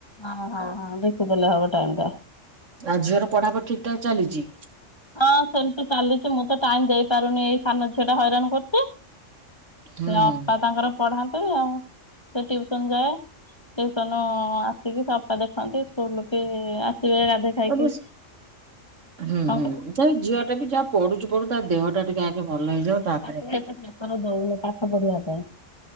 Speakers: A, on the left; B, on the right.
A: ହଁ ହଁ ହଁ ଦେଖି ଦେଲେ ହବ ଟାଇମ୍ ଟା।
B: ଆଉ ଝିଅର ପଢାପଢି ଠିକ୍ ଠାକ୍ ଚାଲିଛି।
A: ହଁ ସେମତି ଚାଲିଛି ମୁଁ ତ ଟାଇମ୍ ଦେଇପାରୁନି ଏଇ ସାନ ଝିଅ ଟା ହଇରାଣ କରୁଛି। ସେ
B: ହୁଁ।
A: ଅପା ତାଙ୍କର ପଢା ଏମତି ଆଉ ସେ ଟିଉସନ ଯାଏ। ଟିଉସନ ଆସିକି ସଫା ଦେଖନ୍ତି। ସ୍କୁଲ ବି ଚ ଗାଧେ ଖାଇକି
B: ସବୁ ହୁଁ
A: କଣ
B: ହୁଁ
A: କହିଲୁ
B: ଝିଅ ଟା ବି ଯାହା ପଢୁଛୁ। ପୁଣି ତା ଦେହ ଟିକେ ଆଗେ ଭଲ ହେଇଯାଉ ତାପରେ
A: ତାକୁ ଏତେ ପ୍ରେସର ଦଉନୁ ପା। କ ବଢିଆ ପାଇଁ।